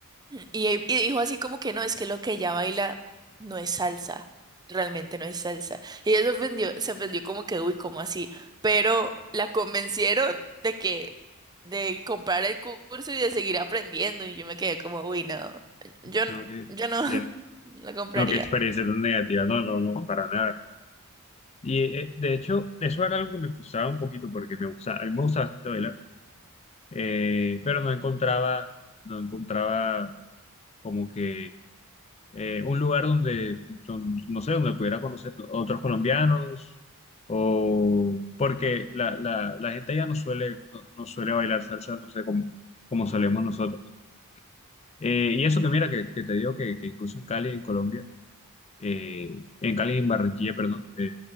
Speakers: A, on the right (about 20°); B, on the left (about 30°).
A: Y, y dijo así como que no, es que lo que ella baila no es salsa, realmente no es salsa. Y ella se ofendió, se ofendió como que, uy, como así? Pero la convencieron de que, de comprar el curso y de seguir aprendiendo, y yo me quedé como, uy, no, yo, n-
B: No, que
A: yo no, <laughs>
B: bien.
A: no compraría.
B: No, qué experiencia tan negativa. No, no, no, para nada. Y eh, de hecho, eso era algo que me frustraba un poquito porque me gustaba, a mí me gustaba bastante bailar, eh, pero no encontraba, no encontraba como que eh, un lugar donde, don- no sé, donde pudiera conocer otros colombianos o porque la, la, la gente ya no suele, no, no suele bailar salsa, no sé, como, como solemos nosotros. Eh, y eso que mira, que, que te digo que, que incluso en Cali, en Colombia, eh, en Cali y en Barranquilla, perdón, eh,